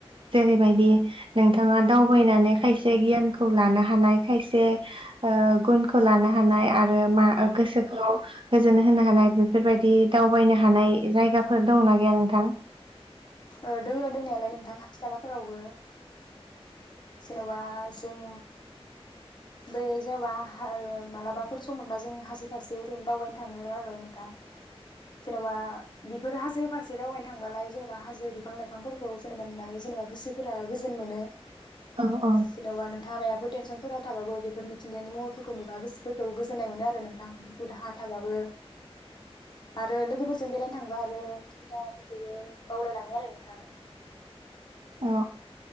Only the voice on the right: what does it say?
जेरैबायदि नोंथाङा दावबायनानै खायसे गियानखौ लानो हानाय खायसे ओ गुनखौ लानो हानाय आर ओ मा
गोसोखौ गोजोन होनो हानाय बेफोरबायदि दि दावबायनो हानाय जायगाफोर दङ' ना गैया नोंथां
औ औ
औ